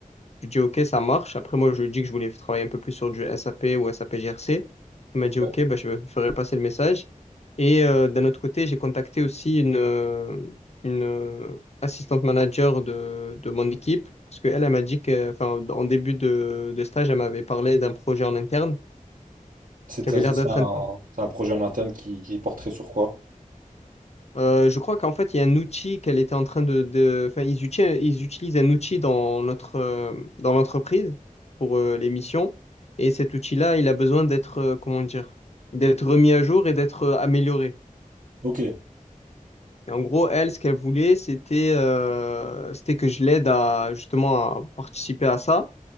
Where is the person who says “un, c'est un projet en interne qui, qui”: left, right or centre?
Right